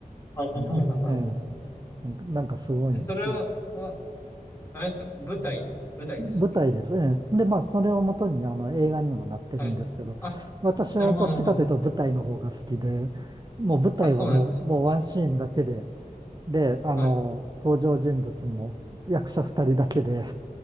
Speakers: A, on the left; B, on the right.
A: はいはいはいはい。
B: うんええなんかなんかすごいですよ。
A: <laughs> えそれをは、あれですか、舞台、舞台でしたっけ
B: 舞台です。ええで、まあ、それをもとに、
A: あ
B: あの、映画にもなってるんですけど、
A: はい。あ、
B: 私はどっちかというと舞台の方が好きで、
A: なるほど、なるほど。
B: もう舞台はもう、
A: あ、そうなんですね。
B: もうワンシーンだけで、で、あの、
A: はい。
B: 登場人物も役者二人だけで、